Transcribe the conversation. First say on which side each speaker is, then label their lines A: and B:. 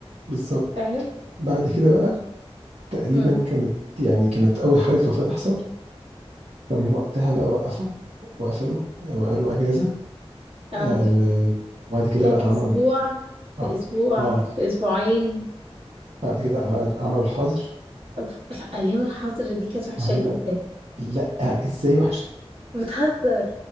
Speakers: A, on the right; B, on the right.
A: بالظبط
B: فاهم
A: بعد كده بقى تقريبا
B: مم.
A: كانت يعني كانت اول حاله وفاه تحصل فمن وقتها بقى وقفوا وقفلوا وقالوا اجازه
B: او
A: آه وبعد كده
B: كان
A: بقى عملوا
B: اسبوع في
A: اه
B: اسبوع
A: آه،
B: في اسبوعين
A: بعد كده عملوا الحظر
B: أف- لا، ايام الحظر دي كانت وحشه
A: ما هي بقى
B: جدا
A: لا ازاي وحشه
B: بتهزر